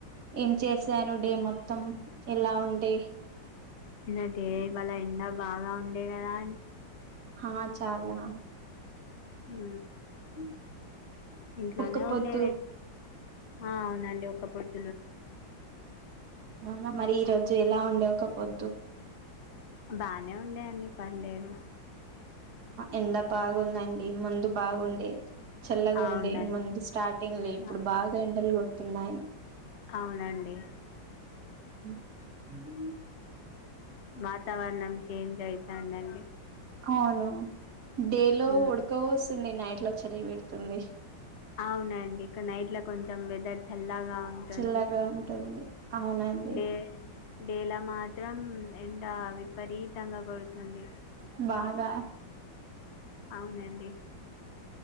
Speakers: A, on the right (about 55°); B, on the left (about 60°).
A: ఏం చేశారు డే మొత్తం. ఎలా ఉండే
B: ఇలాంటి ఏ బలైన బాగా ఉండే గదా
A: హా చాలా
B: హు
A: <unintelligible>
B: ఇంట్లోనే
A: ఒక్క పొద్దు
B: ఉండేవి ఆ అవునండి ఒకపొద్
A: అవునా మరి ఈ రోజు ఎలా ఉండేవు ఒక్కపొద్దు
B: బానే ఉండ్యా అండి పర్లేదు
A: ఎండ బాగుందండి ముందు బాగుండేది చల్లగా
B: అవునండి
A: ఉండే ముందు స్టార్టింగ్ లో ఇప్పుడు
B: ఆ,
A: బాగా ఎండలు గొ తున్నాయ్
B: అవునండి
A: ఉ
B: వాతావరణం చేంజ్ అయితాంది అండి
A: అవును డే లో
B: మ్మ్
A: ఉడక పోస్స్తుంది నైట్ నైట్ లో చలి పెడుతుంది
B: అవునండి ఇక నైట్లో కొంచెం వెదర్ చల్లా గా ఉంటుంది
A: చల్లగా ఉంటుంది అవునండి
B: డే డే లా మాత్రం ఎం డ విపరీతంగా కొడుతుంది
A: బాగా
B: అవునండి